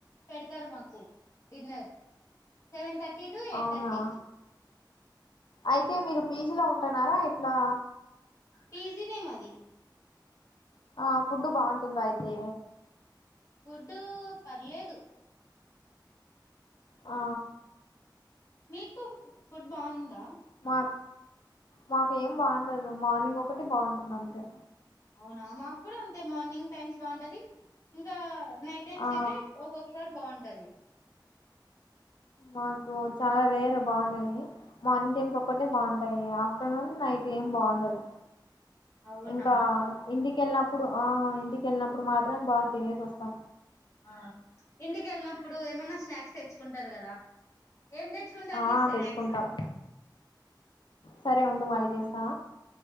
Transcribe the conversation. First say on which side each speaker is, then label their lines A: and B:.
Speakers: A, on the left; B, on the left.
A: పెడతారు మాకు dinner seven thirty to eight
B: అవునా
A: థర్టీ కి
B: అయితే మీరు పీజీలో ఉంటన్నారా ఎట్లా
A: పీజినే మాది
B: ఆ ఫుడ్ బాగుంటుందా అయితే
A: ఫుడ్డు పర్లేదు
B: ఆ
A: మీకు ఫుడ్ బాగుందా
B: మా మాకు ఏం బాగుండదు మార్నింగ్ ఒకటి బాగుంటుంది అంతే
A: అవునా మాకు కూడా అంతే మార్నింగ్ టైమ్స్ బాగుంటది ఇక్కడ నైట్ టైమ్స్
B: ఆ
A: అయితే ఒక్కొక్కసారి బాగుంటది
B: మాకు చాలా రేర్ బాగుంటయి మార్నింగ్ ఒక్కటే బాగుంటాయి ఆఫ్టర్నూన్, నైట్ ఏం బాగుండదు
A: అవునా
B: ఇంకా ఇంటికి ళ్ళినప్పుడు ఆ ఇంటికెళ్ళినప్పుడు మాత్రమే బాగా తినేసి వస్తాం
A: ఆ ఇంటికెళ్ళినప్పుడు ఏమన్నా స్నాక్స్ తెచ్చుకుంటారు కదా ఏం తెచ్చుకుంటారు
B: ఆ
A: మీరు స్నాక్స్
B: తెచ్చుకుంటాం సరే ఉండు మళ్ళీ చేస్తా